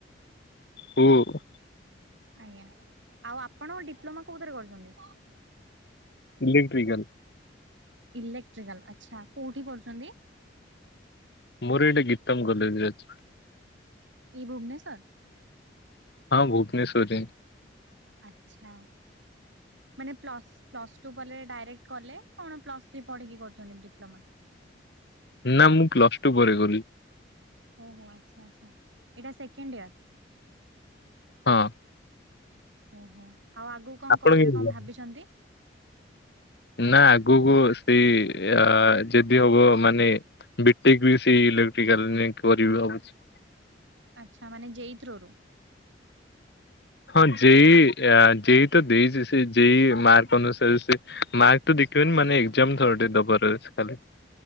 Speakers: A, on the left; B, on the right.
A: ହୁଁ।
B: ଆଜ୍ଞା ଆଉ ଆପଣ ଡିପ୍ଲୋମା କୋଉଥିରେ କରୁଛନ୍ତି?
A: ଇଲେକ୍ଟ୍ରିକାଲ।
B: ଇଲେକ୍ଟ୍ରିକାଲ ଆଚ୍ଛା କୋଉଠି କରୁଛନ୍ତି?
A: ମଁର ଏଇଠେ ଗୀତମ କଲେଜରେ ଅଛି।
B: କି ଭୁବନେଶ୍ୱର।
A: ହଁ ଭୁବନେଶ୍ୱରରେ।
B: ଆଚ୍ଛା। ମାନେ ପ୍ଲସ୍ ପ୍ଲସ୍ ଟୁ କଲେ ଡାଇରେକ୍ଟ କଲେ କଣ ପ୍ଲସ୍ ଥ୍ରୀ ପଢ଼ିକି କରୁଛନ୍ତି ଡିପ୍ଲୋମା?
A: ନା ମୁଁ ପ୍ଲସ ଟୁ ପରେ କଲି।
B: ଓହୋ ଆଚ୍ଛା ଆଚ୍ଛା ଏଇଟା ସେକେଣ୍ଡ ଇୟର।
A: ହଁ।
B: ଓହୋ ଆଉ ଆଗକୁ କଣ
A: ଆପଣ
B: କରିବେ
A: କେମିତି
B: କଣ
A: ଜାଣିଲେ?
B: ଭାବିଛନ୍ତି?
A: ନା ଆଗକୁ ସେଇ ଅ ଯଦି ହବ ମାନେ ବି ଟେକ ବି ସେଇ ଇଲେକ୍ଟ୍ରିକାଲରେ ଜାଇଁକି କରିବି ଭାବୁଛି।
B: ଆଚ୍ଛା ମାନେ ଜେଇ ଥ୍ରୋରୁ?
A: ହଁ ଯେଇ ଆ ଯେଇ ତ ଦେଇଛି ସେ ଯେଇ ମାର୍କ ଅନୁସାରେ ସେ ମାର୍କ ତ ଦେଖିବେନି ମାନେ ଏକ୍ଜାମ ଥରଟେ ଦବାର ଅଛି ଖାଲି।